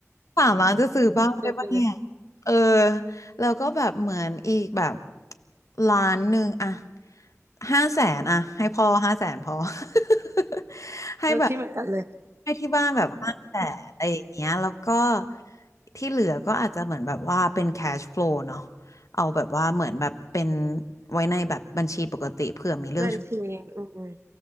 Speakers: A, on the left; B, on the right.
A: สามล้านจะซื้อบ้านได้ปะเนี่ย
B: เออเออ
A: เออแล้วก็แบบเหมือนอีกแบบล้านหนึ่งอะห้าแสนอะให้พ่อห้าแสนพอ <laughs> ให้แบบ
B: เออคิดเหมือนกันเลย
A: ให้ที่บ้านแบบห้าแสนอะไรอย่างเงี้ยแล้วก็ที่เหลือก็อาจจะเหมือนแบบว่าเป็น cash flow เนาะเอาแบบว่าเหมือนแบบเป็นไว้ในแบบบัญชีปกติเผื่อมีเรื่อง
B: บัญชีอืมอืม